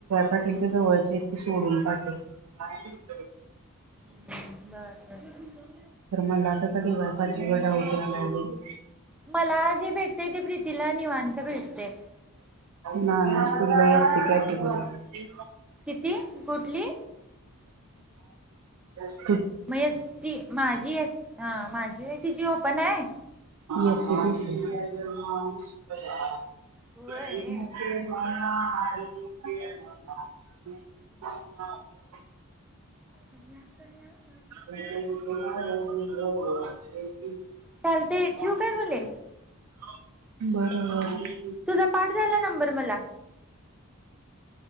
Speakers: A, on the right; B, in the centre.
A: पाटीलच्या जवळचे ती सोडून पाठव
B: हम्म बर बर
A: तर मलाच आता डी वाई पाटील वर डाऊट यायला बग
B: मला जे भेटते ते प्रीतीला निवांत भेटतय
A: नाही <unintelligible> असती कॅटेगरी
B: किती? कुठली?
A: ती
B: मग एस टी माझी एस आ माझी होय तिची ओपन हाय.
A: एस सी बी <inaudible>
B: होय
A: <inaudible> <inaudible>
B: भ्या कल्याव
A: <inaudible> बरोबर
B: चालते ठेवू काय बोले तुझा पाठ झाला नंबर मला.